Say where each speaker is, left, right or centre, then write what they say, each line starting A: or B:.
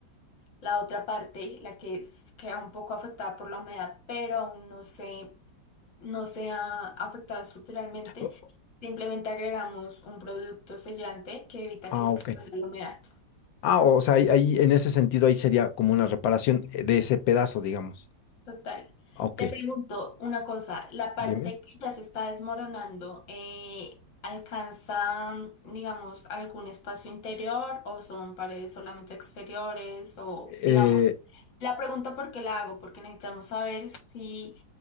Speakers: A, on the left; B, on the left.
A: La otra parte, la que es- queda un poco afectada por la humedad, pero aún no sé no sea afectada estructuralmente,
B: O-
A: simplemente agregamos un producto sellante que evita
B: Ah,
A: que se
B: ok.
A: expanda la humedad.
B: Ah, o sea, ahí, ahí en ese sentido ahí sería como una reparación eh, de ese pedazo, digamos.
A: Total.
B: Ok,
A: Te pregunto una cosa, la parte
B: dime.
A: que ya se está desmoronando, eh, ¿alcanza, digamos, algún espacio interior o son paredes solamente exteriores? O,
B: Eh,
A: digamos, la pregunta por qué la hago, porque necesitamos saber si